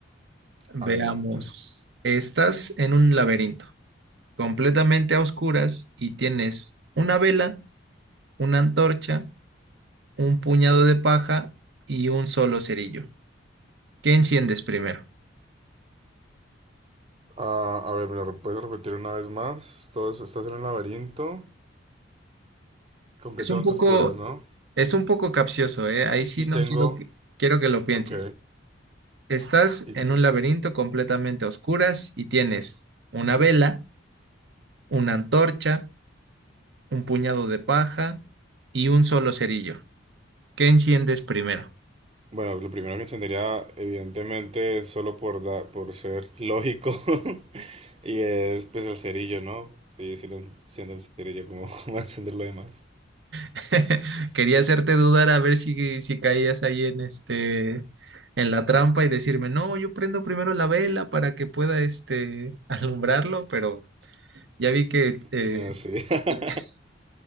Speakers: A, on the right; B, on the right.
A: Veamos.
B: Adelante.
A: Estás en un laberinto, completamente a oscuras y tienes una vela, una antorcha un puñado de paja y un solo cerillo. ¿Qué enciendes primero?
B: Ah, a ver, ¿me lo puedes repetir una vez más? Todo eso- estás en un laberinto completamente
A: Es un poco,
B: oscuras, ¿no?
A: es un poco capcioso, ¿eh? Ahí sí
B: Y
A: no
B: tengo,
A: quiero que, quiero que lo pienses.
B: ok,
A: Estás
B: y
A: en un laberinto completamente a oscuras y tienes una vela, una antorcha, un puñado de paja y un solo cerillo. ¿Qué enciendes primero?
B: Bueno, lo primero que encendería, evidentemente, solo por, da- por ser lógico, <laughs> y es pues el cerillo, ¿no? Sí, sí, no enciendo el cerillo, como <laughs> va a encender lo demás?
A: <laughs> Quería hacerte dudar a ver si, si caías ahí en este, en la trampa y decirme, no, yo prendo primero la vela para que pueda este, <laughs> alumbrarlo, pero ya vi que eh,
B: No sé. <laughs>
A: <laughs>